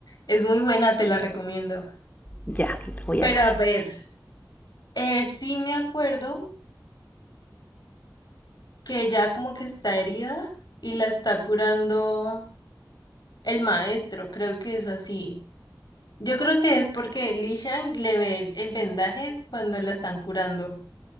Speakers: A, on the left; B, on the left.
A: Es muy buena, te la recomiendo.
B: Ya, la voy
A: Pero
B: a ver.
A: a ver, eh, sí me acuerdo que ya como que está herida y la está curando el maestro, creo que es así. Yo creo que es porque Li Shang le ve el vendaje cuando la están curando.